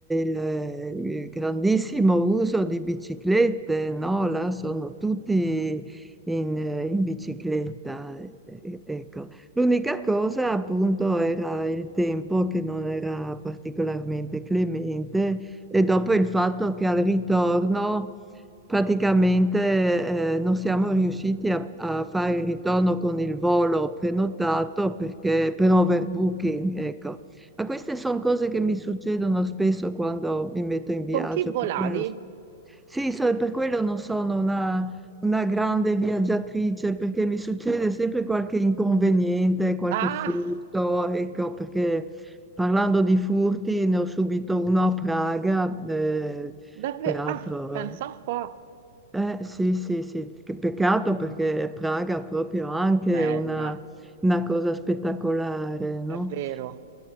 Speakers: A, in the centre; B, on the right.
A: il, il grandissimo uso di biciclette, no? Là sono tutti in, in bicicletta. eh, eh, Ecco. L'unica cosa appunto era il tempo che non era particolarmente clemente e dopo il fatto che al ritorno Praticamente eh, non siamo riusciti a, a fare il ritorno con il volo prenotato perché, per overbooking, ecco. Ma queste sono cose che mi succedono spesso quando mi metto in viaggio,
B: con chi volavi?
A: per quello, sì, so- per quello non sono una, una grande viaggiatrice perché mi succede sempre qualche inconveniente, qualche
B: Ah!
A: furto, ecco, perché parlando di furti ne ho subito uno a Praga, eh,
B: Davvero?
A: peraltro...
B: Ah, pensa
A: eh,
B: un po'.
A: eh, sì, sì, sì, che peccato perché Praga ha proprio anche
B: Bella,
A: una, una cosa spettacolare, no?
B: è vero.